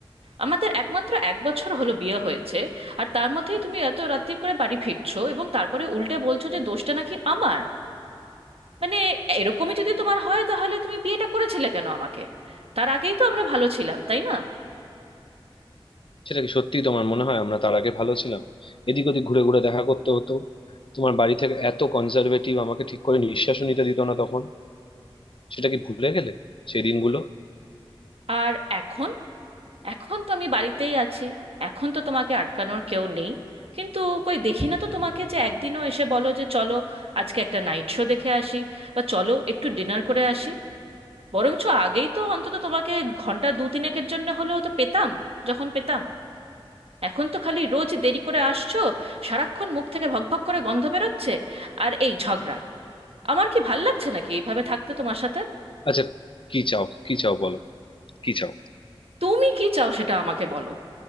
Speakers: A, on the right (about 80°); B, on the left (about 60°).
A: আমাদের একমাত্র এক বছর হলো বিয়ে হয়েছে আর তার মধ্যেই তুমি এত রাত্তির করে বাড়ি ফিরছো এবং তারপরে উল্টে বলছো যে দোষটা নাকি আমার মানে এরকমই যদি তোমার হয় তাহলে তুমি বিয়েটা করেছিলে কেন আমাকে তার আগেই তো আমরা ভালো ছিলাম তাই না
B: সেটা কি সত্যি তোমার মনে হয় আমরা তার আগে ভালো ছিলাম এদিক ওদিক ঘুরে ঘুরে দেখা করতে হতো তোমার বাড়ি থেকে এত কনজারভেটিভ আমাকে ঠিক করে নিঃশ্বাসও নিতে দিত না তখন সেটা কি ভুলে গেলে সেই দিনগুলো
A: আর এখন এখন তো আমি বাড়িতেই আছি এখন তো তোমাকে আটকানোর কেউ নেই কিন্তু কই দেখি না তো তোমাকে যে একদিনও এসে বলো যে চলো আজকে একটা নাইট শো দেখে আসি বা চলো একটু ডিনার করে আসি বরঞ্চ আগেই তো অন্তত তোমাকে ঘন্টা দু তিনেকের জন্য হলেও তো পেতাম যখন পেতাম এখন তো খালি রোজ দেরি করে আসছো সারাক্ষণ মুখ থেকে ভকভক করে গন্ধ বেরোচ্ছে আর এই ঝগড়া আমার কি ভাল লাগছে নাকি এইভাবে থাকতে তোমার সাথে
B: আচ্ছা কি চাও কি চাও বলো কি চাও
A: তুমি কি চাও সেটা আমাকে বলো